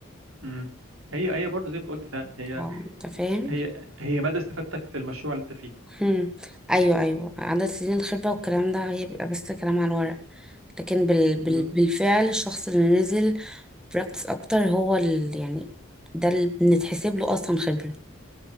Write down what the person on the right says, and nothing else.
امم هي هي برضه زي ما أنت قلت فعلا هي
هي هي مدى استفادتك في المشروع اللي انت فيه
بالظبط.